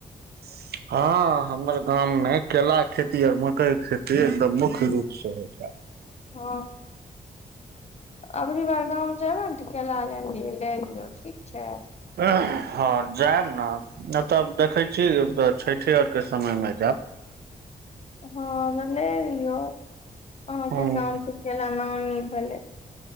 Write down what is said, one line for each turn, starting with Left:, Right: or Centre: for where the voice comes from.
Right: <inaudible> हँ, हमर गाममे केलाक खेती आ ओर मकइके खेती एकदम मुख्य रूपसे होइए
Left: ह। आबरी बार गाँम जेबै ने तऽ केला ले लियो ठीक छै।
Right: हँ, जायब ने नहि तऽ देखै छी छथि आरके समयमे जायब
Left: हँ, लेरहि अहाँकेँ
Right: हँ
Left: गामके केला नामी भेलै।